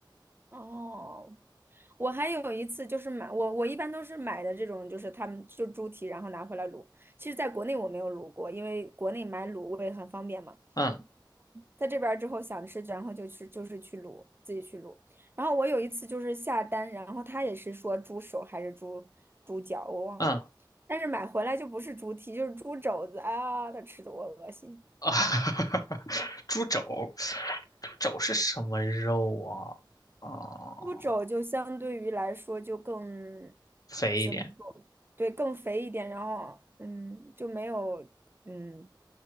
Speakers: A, on the right; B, on the left.
A: 哦，我还有一次就是买，我我一般都是买的这种，就是他们就猪蹄，然后拿回来卤。其实，在国内我没有卤过，因为国内买卤味很方便嘛。
B: 嗯
A: 在这边儿之后想吃，然后就去就是去卤，自己去卤。然后我有一次就是下单，然后他也是说猪手还是猪猪脚，我忘了，
B: 嗯
A: 但是买回来就不是猪蹄，就是猪肘子啊，他吃的我恶心。
B: 啊，<laughs> 猪肘，猪肘是什么肉啊？啊，
A: 猪肘就相对于来说就更
B: 肥一点。
A: 怎么说？对，更肥一点，然后嗯，就没有嗯